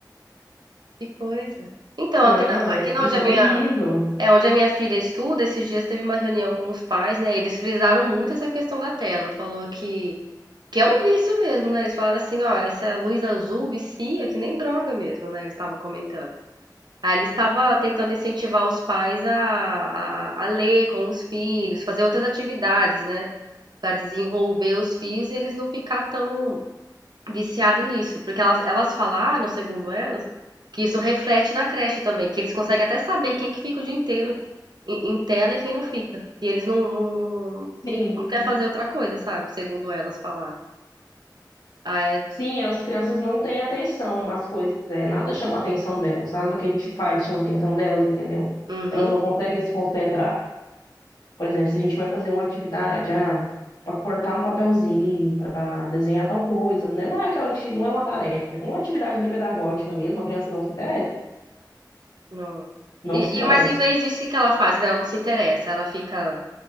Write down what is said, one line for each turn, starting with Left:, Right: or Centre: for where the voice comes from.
Right: que coisa. Então,
Left: não,
Right: aqui na, aqui
Left: é,
Right: na
Left: isso
Right: onde a
Left: é terrível.
Right: minha É, onde a minha filha estuda, esses dias teve uma reunião com os pais, né? Eles frisaram muito essa questão da tela. Falou que, que é um vício mesmo, né? Eles falaram assim, ó, essa luz azul vicia, que nem droga mesmo, né? Ele estava comentando. Aí ele estava tentando incentivar os pais a, a, a ler com os filhos, fazer outras atividades, né? Para desenvolver os filhos e eles não ficar tão viciado nisso, porque elas, elas falaram, segundo elas, que isso reflete na creche também, que eles conseguem até saber quem que fica o dia inteiro em, em tela e quem não fica, que eles não, não, não,
Left: Sim,
Right: não não quer fazer outra coisa, sabe? Segundo elas falaram. Ah, é?
Left: sim, as crianças não têm atenção nas coisas, é, nada chama a atenção delas, nada do que a gente faz chama a atenção delas, entendeu?
Right: Uhum.
Left: Elas não conseguem se concentrar. Por exemplo, se a gente vai fazer uma atividade, ah, para cortar um papelzinho, para desenhar tal coisa, né? Não é aquela, ati- não é uma tarefa, né? Uma atividade ali pedagógica mesmo, a criança não se interessa,
Right: Nossa.
Left: não
Right: E,
Left: se
Right: e-
Left: interessa.
Right: mas em vez disso, o que que ela faz? Ela não se interessa, ela fica